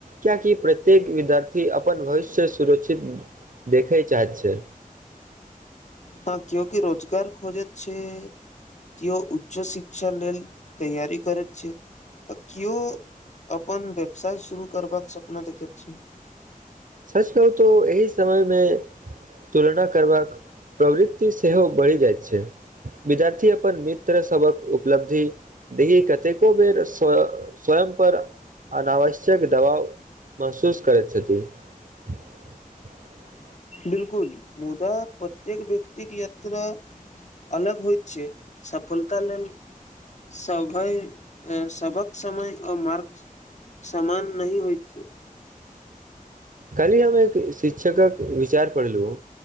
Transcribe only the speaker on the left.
हँ क्योकि रोजगार खोजैत छै किओ उच्च शिक्षा लेल तैयारी करैत छै आ किओ अपन व्यवसाय शुरू करबाक सपना देखैत छी
बिलकुल मुदा प्रत्येक व्यक्तिक यात्रा अलग होइ छै सफलता लेल सभय सबक समय ओ मार्ग समान नहि होइ छै